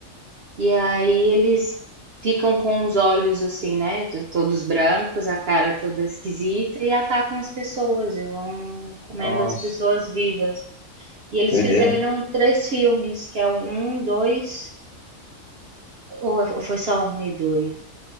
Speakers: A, on the right; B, on the left.
A: e aí eles ficam com os olhos assim, né? t- Todos brancos, a cara toda esquisita e atacam as pessoas e vão comendo
B: Nossa,
A: as pessoas vivas. E eles
B: doideira,
A: fizeram
B: hein?
A: três filmes, que é o um, dois, ou ou foi só um e dois?